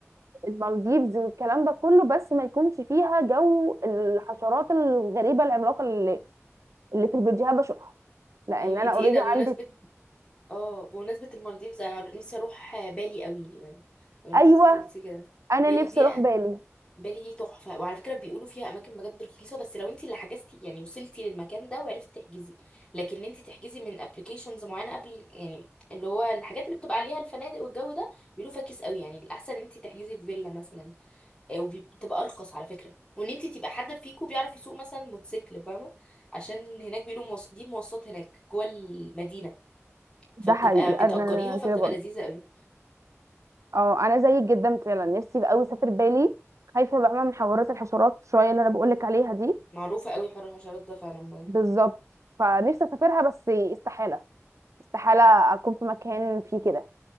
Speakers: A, on the right (about 80°); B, on the left (about 20°).
A: المالديفز والكلام ده كله بس ما يكونش فيها جو الحشرات الغريبه العملاقه اللي اللي في الفيديوهات بشوفها لان
B: ايوه
A: انا
B: انت
A: اوريدي
B: ايه ده بمناسبة
A: عندي
B: اه بمناسبة المالديفز انا نفسي اروح بالي قوي يعني بمناسبة
A: ايوه
B: قلت كده
A: انا
B: بالي
A: نفسي
B: دي
A: اروح بالي
B: بالي دي تحفة وعلى فكرة بيقولوا فيها اماكن بجد رخيصة بس لو انت اللي حجزتي يعني وصلتي للمكان ده وعرفتي تحجزي لكن انت تحجزي من ابلكيشنز معينة قبل يعني اللي هو الحاجات اللي بتبقى عليها الفنادق والجو ده بيقولوا فاكس قوي يعني الاحسن انت تحجزي في فيلا مثلا آه، وبتبقى ارخص على فكره وان انت تبقى حد فيكو بيعرف يسوق مثلا موتوسيكل فاهمه عشان هناك بيقولوا موص... دي مواصلات هناك جوه المدينه فبتبقى
A: ده حقيقي
B: بتأجريها
A: انا
B: فبتبقى
A: كده برضه
B: لذيذه قوي
A: اه انا زيك جدا فعلا نفسي قوي اسافر بالي خايفه بقى من حوارات الحشرات شويه اللي انا بقولك عليها دي
B: معروفه قوي حوار الحشرات ده فعلا بجد.
A: بالظبط فنفسي اسافرها بس استحاله استحاله اكون في مكان فيه كده